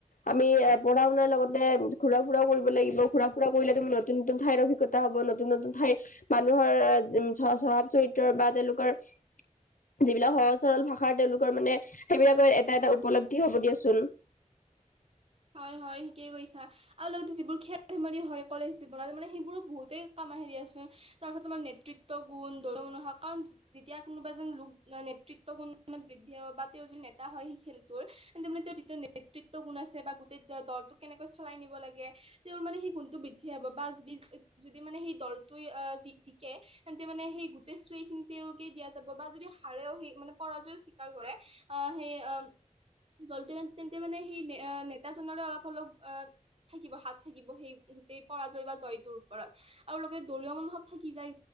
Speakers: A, on the left; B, on the right.
A: আমি এ পঢ়া শুনাৰ লগতে ঘুৰা ফুৰাও কৰিব লাগিব ঘুৰা ফুৰা কৰিলে তুমি নতুন নতুন ঠাইৰ অভি- জ্ঞতা হব নতুন নতুন ঠাইৰ মানুহৰ আহ উ স্বভাৱ চৰিত্ৰ বা তেওঁলোকৰ যিবিলাক সহজ সৰল ভাষাৰ তেওঁলোকৰ মানে সেইবিলাকৰ এটা এটা উপলব্ধি হব দিয়াচোন।
B: হয় হয় ঠিকেই কৈছা। আৰু লগতে যিবোৰ খেল ধেমালি হয় কলেজ জীৱনত মানে সেইবোৰো বহুতেই কাম আহে দিয়াচোন। তাৰ ক্ষেত্ৰত তোমাৰ নেতৃত্ব গুণ দৰিমণহা কানছ যেতিয়া কোনোবা এজন লোক নেতৃত্ব গুণ বৃদ্ধি হয় বা তেওঁ এজন নেতা হয় সেই খেল তোৰ তাৰ মানে তেওঁ যিটো নেতৃত্ব গুণ আছে বা গোটেই দ দলটো কেনেকৈ চলাই নিব লাগে। তেওঁৰ মানে সেই গুণটো বৃদ্ধি হব বা যিয যদি মানে সেই দলটোৱে আহ জিকে তেন্তে মানে সেই গোটেই শ্ৰখিনি তেওঁলোকে দিয়া যাব বা যদি হাৰেও সেই মানে পৰাজয়ও স্বীকাৰ কৰে। অ সেই অম দলটো তেন্তে মানে সেই অ নেতা নেতা জনৰ অলপ অলপ অ থাকিব হাত থাকিব সেই গোটেই পৰাজয় বা জয়টোৰ ওপৰত। আৰু লগতে দলিয় মনোভৱ থাকি যায়